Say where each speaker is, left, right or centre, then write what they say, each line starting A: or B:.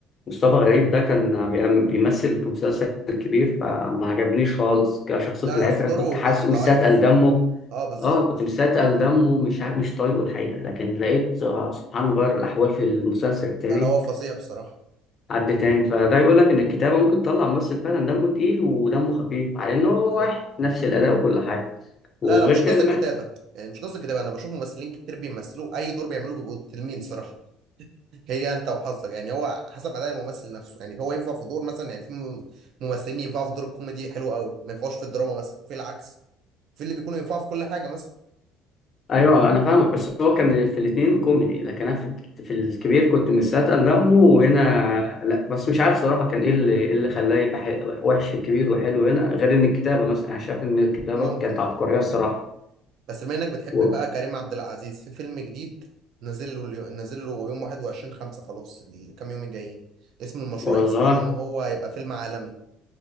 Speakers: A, on the left (about 35°); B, on the right (about 60°).
A: مصطفى غريب ده كان بيعم- بيمثل في مسلسل كبير فما عجبنيش خالص كشخصيه
B: لا
A: العتره
B: لا في دوره
A: كنت حاسس
B: كان
A: مستثقل
B: ضعيف
A: دمه
B: اه بالظبط
A: اه كنت مستثقل دمه مش عارف مش طايقه الحقيقه لكن لقيت آه، سبحان غير الاحوال في المسلسل التاني
B: لا لا هو فظيع بصراحه
A: حد تاني فده يقول لك ان الكتابه ممكن تطلع ممثل فعلا دمه تقيل ودمه خفيف على انه هو
B: بالظبط
A: واحد نفس الاداء وكل حاجه وغير
B: لا لا مش قصة
A: كده كمان
B: كتابة يعني مش قصة كتابة أنا بشوف ممثلين كتير بيمثلوا أي دور بيعملوه بيبقوا تلمين صراحة هي أنت وحظك يعني هو حسب أداء الممثل نفسه يعني هو ينفع في دور مثلا يعني في مم- ممثلين ينفعوا في دور الكوميدي حلو قوي ما ينفعوش في الدراما مثلا في العكس في اللي بيكونوا ينفعوا في كل حاجة مثلا
A: ايوه انا فاهمك بس هو كان في الاثنين كوميدي لكن انا في في الكبير كنت مستثقل دمه وهنا لا بس مش عارف صراحه كان ايه اللي إيه اللي خلاه يبقى حي- وحش في الكبير وحلو هنا غير ان الكتابه مثلا انا شايف ان الكتابه
B: ممكن
A: كانت عبقريه الصراحه
B: بس بما إنك بتحب
A: و-
B: بقى كريم عبد العزيز في فيلم جديد نازل له اليو- نازل له يوم 21 5 خلاص الكام يوم الجايين اسم المشروع
A: والله
B: إكس بيقولوا إن هو هيبقى فيلم عالمي